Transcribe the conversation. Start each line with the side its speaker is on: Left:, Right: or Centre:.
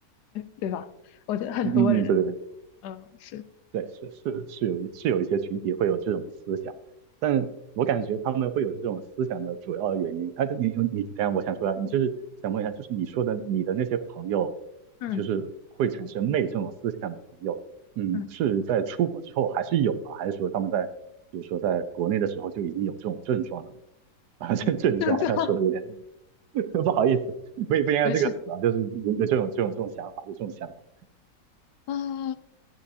Left: 对吧？我觉得很多人，
Right: 嗯嗯嗯，对对对。
Left: 嗯，是，
Right: 对，是是是有是有一些群体会有这种思想，但我感觉他们会有这种思想的主要原因，啊，你你等一下我想说啊，你就是想问一下，就是你说的你的那些朋友，
Left: 嗯
Right: 就是会产生媚这种思想的朋友，嗯，
Left: 嗯
Right: 是在出国之后还是有吗？还是说他们在比如说在国内的时候就已经有这种症状了呢 <laughs> 啊，这症状好像说的有点
Left: 嗯，是这样，
Right: <laughs> 不好意思，不不应该用这个词啊，
Left: <laughs> 没事，
Right: 就是有有这种这种这种想法，有这种想法，
Left: 啊。